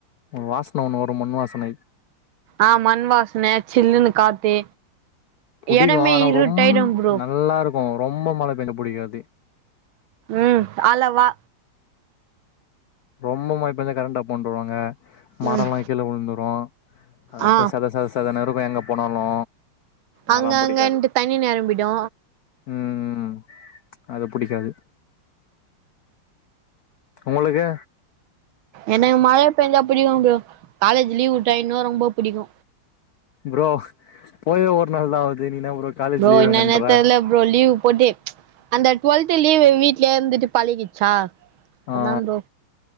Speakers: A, on the left (about 75°); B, on the right (about 75°).
A: வாசன ஒன்னு வரு மண் வாசனை
B: ஆ மண் வாசன சில்லுனு காத்து
A: புடிக்கு
B: எடமே
A: ஆனா
B: இருட்டாயிடு
A: ரொம்
B: ப்ரோ
A: நல்லாருக்கு ரொம்ப மழ பேஞ்சோ புடிக்காது
B: ம் அளவா
A: ரொம்ப மழ பேஞ்சா கரண்ட்டாப் பண்ருவாங்க மரோலா
B: ம்
A: கீழ வுழ்ந்துரு அதுப்ப
B: ஆ
A: சத சத சதனு இருக்கு எங்க போனாலு
B: அங்க
A: அதெல்லா புடிக்காது
B: அங்கன்ட்டு தண்ணி நெரம்பிடு
A: ம் ம் அது புடிக்காது உங்களுக்கு
B: எனக்கு மழ பேஞ்சா புடிக்கு ப்ரோ காலேஜு லீவ் வுட்டா இன்னு ரொம்ப புடிக்கு
A: ப்ரோ போயே ஒர் நாள் தா ஆவுது நீ ன்னா ப்ரோ காலேஜ்
B: ப்ரோ
A: லீவ்
B: என்னன்னே
A: வேணுன்ற
B: தெர்லப் ப்ரோ லீவு போட்டு அந்த டுவெல்த் லீவு வீட்லே இருந்துட்டு பழகிச்சா
A: ஆ
B: அதா ப்ரோ